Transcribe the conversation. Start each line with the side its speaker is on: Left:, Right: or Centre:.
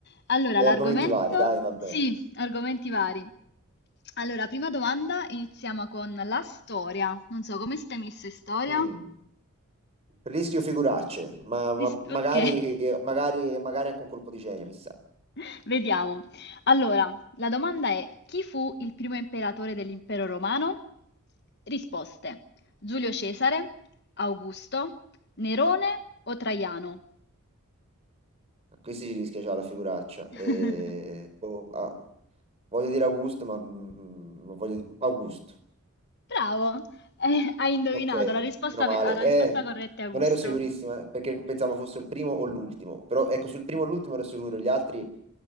Left: Allora,
Right: E
Left: l'argomento?
Right: argomenti vari, dai, va bene.
Left: Sì, argomenti vari. Allora, prima domanda, iniziamo con la storia. Non so, come stai messo in storia?
Right: Mm. Rischio figuracce, ma, ma-
Left: Ris-
Right: magari,
Left: Ok,
Right: magari, magari anche un colpo di genio, chissà.
Left: <laughs> vediamo. Allora, la domanda è: chi fu il primo imperatore dell'impero romano? Risposte: Giulio Cesare, Augusto, Nerone o Traiano?
Right: A questi ci rischia già la figuraccia. Eh,
Left: <laughs>
Right: boh, ah, voglio dire Augusto, ma mm, ma voglio dire Augusto.
Left: Bravo, Eh, hai indovinato,
Right: Ok,
Left: la risposta,
Right: meno male.
Left: ve- la
Right: Eh,
Left: risposta corretta è Augusto.
Right: non ero sicurissima eh, perché pensavo fosse il primo o l'ultimo. Però ecco, sul primo e l'ultimo ero sicuro, gli altri